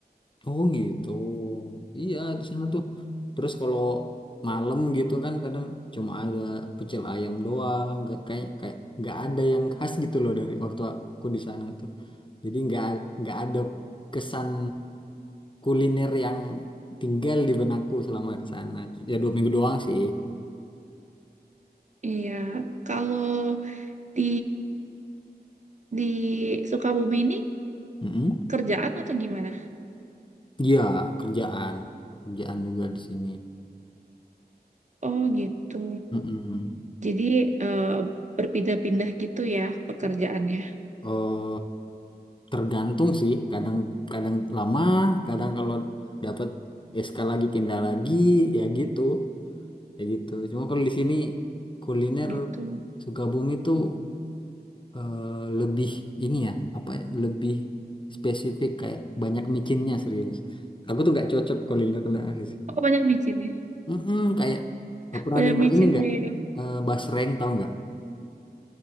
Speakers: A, on the left (about 30°); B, on the right (about 45°).
A: Oh gitu. Iya di sana tuh. Terus kalau malam gitu kan kadang cuma ada pecel ayam doang. Nggak- kayak kayak nggak ada yang khas gitu loh dari waktu aku di sana tuh. Jadi nggak nggak ada kesan kuliner yang tinggal di benakku selama ke sana. Ya dua minggu doang sih.
B: Iya, kalau di di Sukabumi ini
A: Mm-mm.
B: kerjaan atau gimana?
A: Iya, kerjaan, kerjaan juga di sini.
B: Oh gitu.
A: Mm-mm.
B: Jadi eh, berpindah-pindah gitu ya pekerjaannya.
A: Eh, tergantung sih, kadang-kadang lama, kadang kalau dapat SK lagi pindah lagi, ya gitu, ya gitu. Cuma kalau di sini kuliner
B: Gitu.
A: Sukabumi tuh eh, lebih ini ya, apa ya, lebih spesifik kayak banyak micinnya serius. Aku tuh nggak cocok kuliner kuliner di sini.
B: Oh banyak micin ya.
A: Mm-mm, kayak pernah
B: Banyak
A: dengar
B: micin
A: ini nggak?
B: deh.
A: Eh, basreng tahu nggak?